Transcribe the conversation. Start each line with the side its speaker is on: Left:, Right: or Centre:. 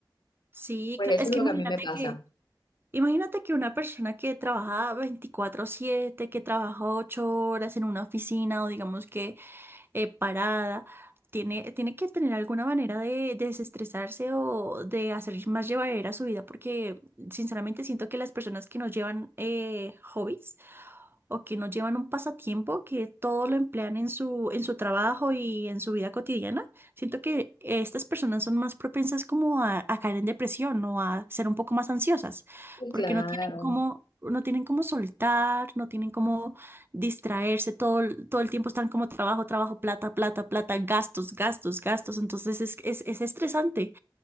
Right: Sí,
Left: Pues
Right: claro.
Left: eso
Right: Es
Left: es
Right: que
Left: lo
Right: imagínate
Left: que a mí me pasa.
Right: que Imagínate que una persona que trabaja veinticuatro siete, que trabaja 8 horas en una oficina o digamos que eh, parada, tiene, tiene que tener alguna manera de, de desestresarse o de hacer más llevadera su vida porque sinceramente siento que las personas que no llevan eh, hobbies o que no llevan un pasatiempo, que todo lo emplean en su, en su trabajo y en su vida cotidiana, siento que estas personas son más propensas como a, a caer en depresión o a ser un poco más ansiosas,
Left: Sí,
Right: porque
Left: Claro.
Right: no tienen cómo, no tienen cómo soltar, no tienen cómo distraerse, todo, el- todo el tiempo están como trabajo, trabajo, plata, plata, plata, gastos, gastos, gastos, entonces es, es, es estresante.